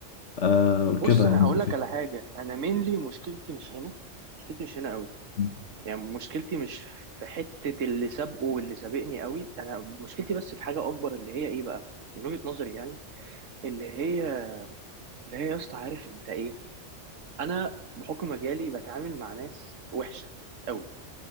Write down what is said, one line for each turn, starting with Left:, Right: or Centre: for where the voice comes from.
Left: آه
Right: بص
Left: كده
Right: انا
Left: يعني
Right: هقول
Left: انت
Right: لك
Left: فاهم
Right: على حاجه انا مينلي مشكلتي مش هنا مشكلتي مش هنا قوي
Left: مم،
Right: يعني مشكلتي مش في حته اللي سابقه واللي سابقني قوي انا مشكلتي بس في حاجه اكبر اللي هي ايه بقى من وجهه نظري يعني اللي هي اللي هي يا اسطى عارف انت ايه انا بحكم مجالي بتعامل مع ناس وحشه قوي